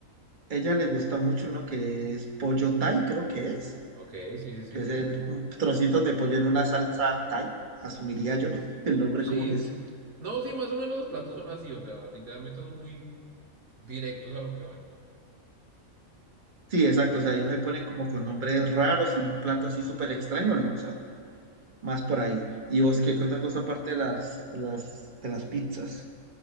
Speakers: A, on the right (about 35°); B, on the right (about 80°).
A: A ella le gusta mucho uno que es pollo Thai, creo que es.
B: Ok, sí, sí, sí,
A: que
B: sí.
A: es el, un trocito de pollo en una salsa Thai, asumiría yo <laughs> el nombre
B: Sí.
A: como que es.
B: No, sí, más o menos los platos son así, o sea, literalmente son muy directos a lo que van.
A: Sí, exacto, o sea, ahí no se ponen como con nombres raros y un plato así súper extraño, no, o sea, más por ahí. Y vos, ¿qué, qué otra cosa aparte de las, de las, de las pizzas?